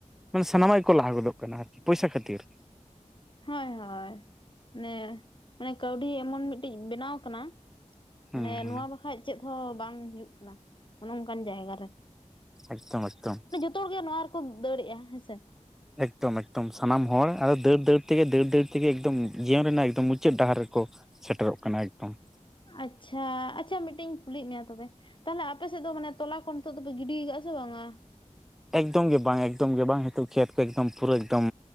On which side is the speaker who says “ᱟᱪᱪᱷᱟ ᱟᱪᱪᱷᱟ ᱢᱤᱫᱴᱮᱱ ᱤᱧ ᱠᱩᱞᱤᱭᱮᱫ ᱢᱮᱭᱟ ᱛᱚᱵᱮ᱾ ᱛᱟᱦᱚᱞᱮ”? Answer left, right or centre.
Left